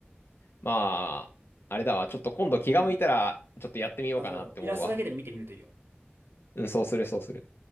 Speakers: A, on the left; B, on the right.
A: まあ、あれだわ。ちょっと今度気が向いたら、
B: うん。
A: ちょっとやってみようかなって思うわ。
B: あ、そう。イラストだけで見てみるといいよ。
A: うん、そうする、そうする。